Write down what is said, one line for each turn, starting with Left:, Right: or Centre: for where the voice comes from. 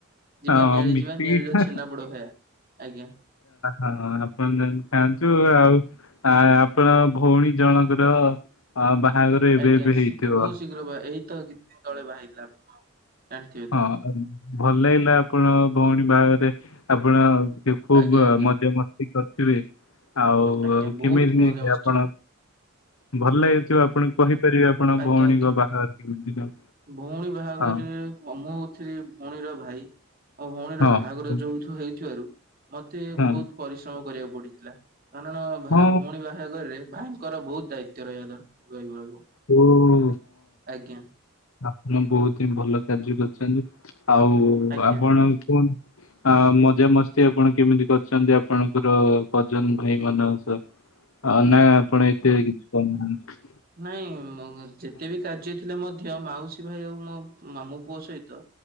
Right: ଯିବା
Left: ହଁ
Right: ନିଆଳି
Left: ମିଶିକି
Right: ଯିବା ନିଆଳିର ଛେନା ପୋଡ ଖଇବା ଆଜ୍ଞା।
Left: ହଁ ଆପଣ ଖାଆନ୍ତୁ ଆଉ। ଆ ଆପଣ ଭଉଣୀ ଜଣଙ୍କର ବାହାଘର ଏବେ
Right: ଆଜ୍ଞା
Left: ଏବେ ହେଇଥିବ।
Right: ବହୁତ ଶୀଘ୍ର ଏଇ ତ କିଛି କେତେ ଦିନ ତଳେ ବାହାହେଇଥିଲା ଆପଣ। ଜାଣିଥିବେ ତ
Left: ହଁ, ଭଲ ହେଲା ଆପଣ ଭଉଣୀ ବାହାଘରରେ ଆପଣ। ଖୁବ
Right: ଆଜ୍ଞା ଆଜ୍ଞା
Left: ମଜା ମସ୍ତି କରିଥିବେ। ଆଉ
Right: ଆଜ୍ଞା ବହୁତ
Left: କେମିତି
Right: ମଜାମସ୍ତି
Left: ଆପଣ?
Right: ହୁଁ
Left: ଭଲ ଲାଗିଥିବ ଆପଣ କହିପାରିବେ ଆପଣ
Right: ଆଜ୍ଞା
Left: ଭଉଣୀଙ୍କ
Right: ଆଜ୍ଞା।
Left: ବାହାଘର କେମିତି କଣ।
Right: ଭଉଣୀ ବାହାଘର
Left: ହଁ
Right: ମୁଁ ହଉଥିଲି ଭଉଣୀର ଭାଇ। ମୋ ଭଉଣୀର
Left: ହଁ
Right: ବାହାଘର ଯୋଉଠି। ହେଉଥିବାରୁ ମତେ
Left: ହଁ।
Right: ବହୁତ ପରିଶ୍ରମ କରିବାକୁ ପଡିଥିଲା। କାରଣ
Left: ହଁ
Right: ଭଉଣୀ ବାହାଘରରେ ଭାଇଙ୍କର ବହୁତ ଦାୟିତ୍ୱ ରହିବା ଦରକାର ରହି ରହିବ।
Left: ଓହୋ
Right: ଆଜ୍ଞା
Left: ଆପଣ ବହୁତ ହିଁ ଭଲ କାର୍ଯ୍ୟ କରିୁଛନ୍ତି। ଆଉ
Right: ଆଜ୍ଞା
Left: ଆପଣଙ୍କୁ। ଆ ମଜାମସ୍ତି ଆପଣ କେମିତି କରିଛନ୍ତି ଆପଣଙ୍କର କଜନ ଭାଇ ମାନଙ୍କ ସହ।
Right: ହୁଁ।
Left: ହଉ ନାଇ ଆପଣ ଏତେ କିଛି କରୁନାହାନ୍ତି।
Right: ନାଇଁ ଯେତେ ବି କାର୍ଯ୍ୟ ଥିଲେ ମୋ। ଝିଅ ମାଉସୀ ଭାଇ ଆଉ ମୋ ମାମୁଁ ପୁଅ ସହିତ,